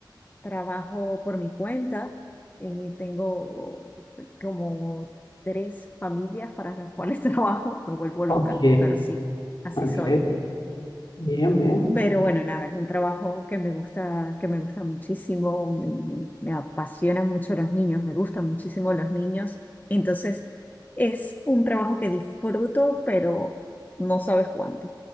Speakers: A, on the left; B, on the left.
A: trabajo por mi cuenta. eh, tengo como tres familias para las cuales <laughs> trabajo. Me vuelvo loca,
B: Ok,
A: pero sí, así
B: ok,
A: soy.
B: bien, bien,
A: Pero bueno, nada, es un trabajo que me gusta, que me gusta muchísimo, me, me- me apasionan mucho los niños, me gustan muchísimo los niños. Entonces, es un trabajo que disfruto, pero no sabes cuánto.